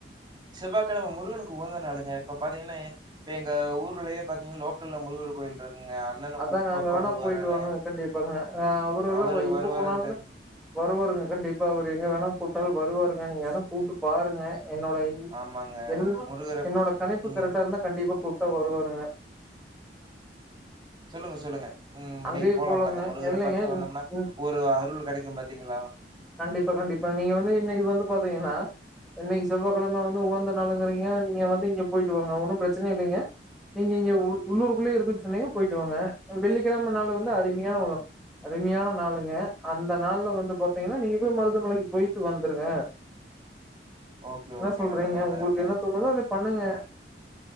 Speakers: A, on the right (about 25°); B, in the centre.
A: செவ்வா கிழம முருகனுக்கு உகந்த நாளுங்க இப்ப பாத்தீங்கன்னே இப்ப எங்க ஊர்லயே பாத்தீங்கன் லோக்கல்ல முருகர் கோயில் இருக்குங்க அண்ணன
B: அதாங்க
A: கூப்ட்டு பாப்போம்
B: அங்க வேணா
A: வருவாரான்னு.
B: போயிட்டு வாங்க கண்டிப்பாங்க அ அவர்ல்லா
A: அவரு
B: ஒய் எங்க
A: வருவாரான்னு
B: போனாலுமே
A: தெர்
B: வருவாருங்க கண்டிப்பா அவர் எங்க வேணா கூப்ட்டாலு வருவாருங்க நீங்க வேணா கூப்ட்டு பாருங்க என்னோட இன்
A: ஆமாங்க.
B: என்
A: முருகர
B: என்னோட
A: கூ
B: கணிப்பு
A: ம்.
B: கரெக்டாருந்தா கண்டிப்பா கூப்ட்டா வருவாருங்க
A: சொல்லுங்க சொல்லுங்க ம்
B: அங்கயு
A: நீங்க போலா
B: போலாங்க
A: பாருங்க முருகர
B: இல்லைங்க
A: பாத்துட்டு வந்தோம்னா
B: ம் ம்
A: ஒரு அருள் கெடைக்கு பாத்தீங்களா
B: கண்டிப்பா கண்டிப்பா நீங்க வந்து இன்னைக்கு வந்து பாத்தீங்கன்னா இன்னைக் செவ்வாக்கெழம வந்து உகந்த நாளுங்கிறீங்க நீங்க வந்து இங்க போயிட்டு வாங்க ஒன்னு ப்ரச்சன இல்லைங்க நீங்க இங்க உள் உள்ளூர்க்குள்ளயே இருக்குன் சொன்னீங்க போயிட்டு வாங்க வெள்ளிக்கெழம நால வந்து
A: ம்.
B: அருமையாவுழும் அருமையான நாளுங்க அந்த நாள்ல வந்து பாத்தீங்கன்னா நீங்க போய் மருதமலைக்கு போயிட்டு வந்துருங்க
A: ஓகே,
B: என்ன
A: ஓகே.
B: சொல்றீங்க
A: நல்லது, நல்லதுங்க.
B: உங்களுக்கு என்ன தோணுதோ அத பண்ணுங்க